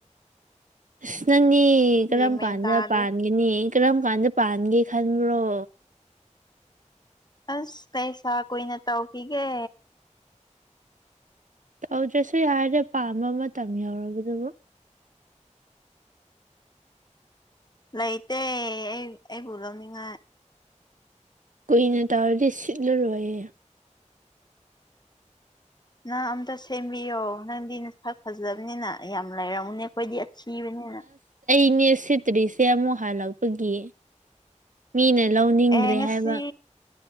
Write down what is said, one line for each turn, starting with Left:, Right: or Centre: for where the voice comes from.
Right: ꯑꯁ ꯅꯪꯅꯦ ꯀꯔꯝ
Left: ꯒ꯭ꯌꯥꯟ ꯃꯦꯟ
Right: ꯀꯥꯟꯗ
Left: ꯇꯥꯗ꯭ꯔꯦ
Right: ꯄꯥꯟꯒꯅꯤ ꯏꯔꯝ ꯀꯥꯟꯖꯦ ꯄꯥꯟꯒꯦ ꯈꯟꯕ꯭ꯔꯣ
Left: ꯑꯁ ꯀꯩꯁꯥ ꯀꯨꯏꯅ ꯇꯧꯈꯤꯒꯦ
Right: ꯇꯧꯗ꯭ꯔꯁꯨ ꯌꯥꯔꯗꯤꯦ ꯄꯥꯝꯕ ꯃꯇꯝ ꯌꯧꯔꯕꯗꯨꯕꯨ
Left: ꯂꯩꯇꯦ ꯑꯩ ꯑꯩꯕꯨ ꯂꯧꯅꯤꯡꯉꯥꯏ
Right: ꯀꯨꯏꯅ ꯇꯧꯔꯗꯤ ꯁꯤꯠꯂꯔꯣꯏꯌꯦ
Left: ꯅꯪ ꯑꯝꯇ ꯁꯦꯝꯕꯤꯌꯣ ꯅꯪꯗꯤ ꯅ ꯁꯛ ꯐꯖꯕꯅꯤꯅ ꯌꯥꯝ ꯂꯩꯔꯝꯃꯨꯅꯦ ꯑꯩꯈꯣꯏꯗꯤ ꯑꯁꯤꯊꯕꯅꯤꯅ
Right: ꯄꯅꯦ ꯁꯤꯇ꯭ꯔꯤꯁꯦ ꯑꯃꯨ ꯍꯜꯂꯛꯄꯒꯤ ꯃꯤꯅ ꯂꯧꯅꯤꯡꯗ꯭ꯔꯦ
Left: ꯑꯦ ꯉꯁꯤ
Right: ꯍꯥꯏꯕ